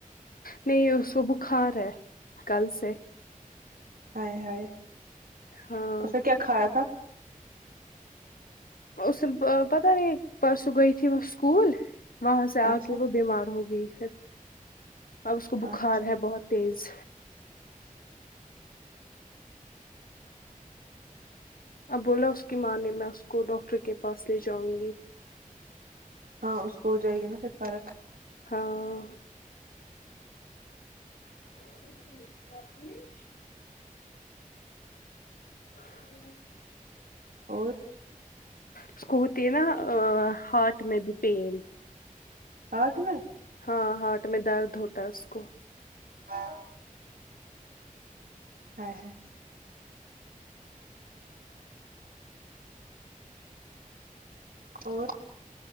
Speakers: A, on the left; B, on the right.
A: نہیں اس سو بخار ہے کل سے
B: ہائے ہائے
A: ہاں
B: اس نے کیا کھایا تھا
A: اس پتہ نہیں پرسوں گئی تھی وہ اسکول وہاں سے آ
B: اچھا
A: کے وہ بیمار ہو گئی پھر اب اس کو بخار
B: اچھا
A: ہے بہت تیز اب بولا اس کی ماں نے میں اس کو ڈاکٹر کے پاس لے جاؤں گی
B: ہاں اس کو ہو جائے گی نا پھر فرق
A: ہاں <inaudible> ہ <inaudible>
B: اور
A: اس کو ہوتی ہے نا آ ہارٹ میں بھی پین
B: ہارٹ میں
A: ہاں ہارٹ میں درد ہوتا ہے اس کو
B: <inaudible> ہائے ہائے اور